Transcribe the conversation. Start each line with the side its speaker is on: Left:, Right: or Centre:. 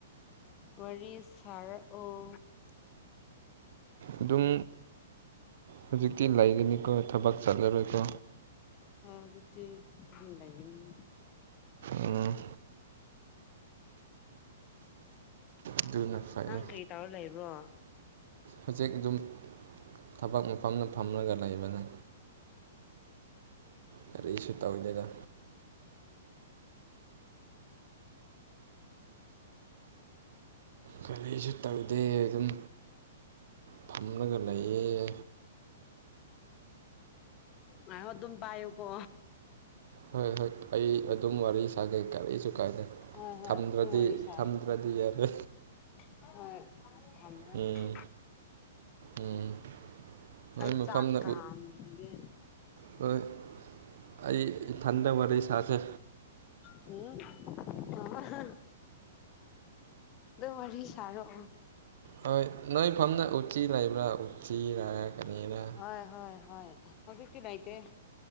Left: ꯋꯥꯔꯤ ꯁꯥꯔꯛꯑꯣ
Right: ꯑꯗꯨꯝ ꯍꯧꯖꯤꯛꯇꯤ ꯂꯩꯒꯅꯤꯀꯣ ꯊꯕꯛ ꯆꯠꯂꯔꯣꯏꯀꯣ
Left: ꯑ ꯍꯧꯖꯤꯛꯇꯤ ꯑꯗꯨꯝ ꯂꯩꯥꯒꯅꯤ
Right: ꯎꯝ ꯑꯗꯨꯅ ꯐꯩꯌꯦ
Left: ꯅꯪ ꯀ꯭ꯔꯤ ꯇꯧꯔ ꯂꯩꯕ꯭ꯔꯣ
Right: ꯍꯧꯖꯤꯛ ꯑꯗꯨꯝ ꯊꯕꯛ ꯃꯐꯝꯗ ꯐꯝꯂꯒ ꯂꯩꯕꯅꯦ ꯀꯔꯤꯁꯨ ꯇꯧꯗꯦꯗ ꯀꯔꯤꯁꯨ ꯇꯧꯗꯦ ꯑꯗꯨꯝ ꯐꯝꯂꯒ ꯂꯩꯌꯦ
Left: ꯉꯥꯏꯈꯣ ꯑꯗꯨꯝ ꯄꯥꯏꯌꯨ ꯀꯣ
Right: ꯍꯣꯏ ꯍꯣꯏ ꯑꯩ ꯑꯗꯨꯝ ꯋꯥꯔꯤ ꯁꯥꯒꯦ ꯀꯔꯤꯁꯨ ꯀꯥꯏꯗꯦ
Left: ꯍꯣꯏ ꯍꯣꯏ
Right: ꯊꯝꯗ꯭ꯔꯗꯤ
Left: ꯑꯗꯨꯝ ꯋꯥꯔꯤ ꯁꯥꯔꯛꯑꯣ
Right: ꯊꯝꯗ꯭ꯔꯗꯤ ꯌꯥꯗꯦ
Left: ꯍꯣꯏ <unintelligible>
Right: ꯎꯝ ꯎꯝ ꯅꯣꯏ
Left: ꯑꯩ
Right: ꯃꯐꯝꯗ
Left: ꯆꯥꯛ ꯀꯥꯝꯒꯤꯒꯦ
Right: ꯍꯣꯏ ꯑꯩ ꯏꯊꯟꯗ ꯋꯥꯔꯤ ꯁꯥꯁꯦ
Left: ꯎꯝ <unintelligible> ꯑꯗꯨꯝ ꯋꯥꯔꯤ ꯁꯥꯔꯛꯑꯣ
Right: ꯍꯣꯏ ꯅꯣꯏ ꯐꯝꯅ ꯎꯆꯤ ꯂꯩꯕ꯭ꯔꯥ ꯎꯆꯤꯔ ꯀꯔꯤꯔ
Left: ꯍꯣꯏ ꯍꯣꯏ ꯍꯣꯏ ꯍꯧꯖꯤꯛꯇꯤ ꯂꯩꯇꯦ